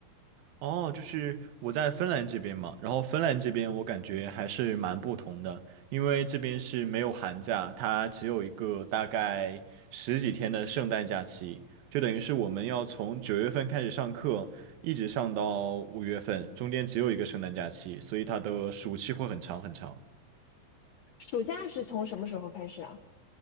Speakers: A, on the right; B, on the left.
A: 哦，就是我在芬兰这边嘛，然后芬兰这边我感觉还是蛮不同的，因为这边是没有寒假，它只有一个大概十几天的圣诞假期，就等于是我们要从九月份开始上课，一直上到五月份，中间只有一个圣诞假期，所以它的暑期会很长很长。
B: 暑假是从什么时候开始啊？